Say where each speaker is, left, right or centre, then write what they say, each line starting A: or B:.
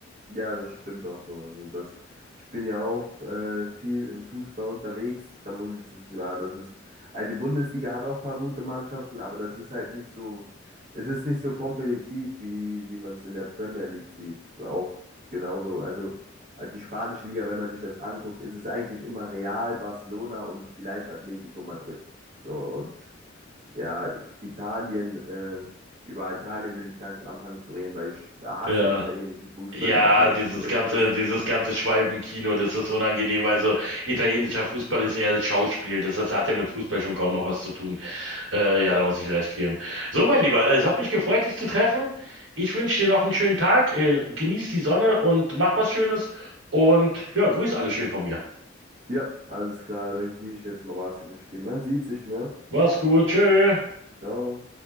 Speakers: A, on the right; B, on the right.
A: Ja, das stimmt auch so. Also das, ich bin ja auch äh, viel im Fußball unterwegs. Da muss ich, ja, das ist, also die Bundesliga hat auch ein paar gute Mannschaften, aber das ist halt nicht so, es ist nicht so kompetitiv, wie, wie man es in der Premier League sieht. So Auch genauso, also äh, die spanische Liga, wenn man sich das anguckt, ist es eigentlich immer Real, Barcelona und vielleicht Atletico Madrid. So, und ja, Italien, äh, über Italien will ich gar nicht anfangen zu reden, weil ich hasse
B: Ja.
A: italienischen Fußball
B: Ja,
A: über alles.
B: dieses
A: <laughs>
B: ganze,
A: Das,
B: dieses ganze Schwalbenkino, das ist unangenehm. Also italienischer Fußball ist eher Schauspiel. Das heißt, hat ja mit Fußball schon kaum noch was zu tun. Äh, ja,
A: Mhm.
B: da muss ich dir recht geben. So, mein Lieber, es hat mich gefreut, dich zu treffen. Ich wünsche dir noch einen schönen Tag. Äh, genieß die Sonne und mach was Schönes. Und ja, grüß alle schön von mir.
A: ja, alles klar, dann gehe ich jetzt mal Basketball spielen. Man sieht sich, ne?
B: Mach's gut. Tschö.
A: Ciao.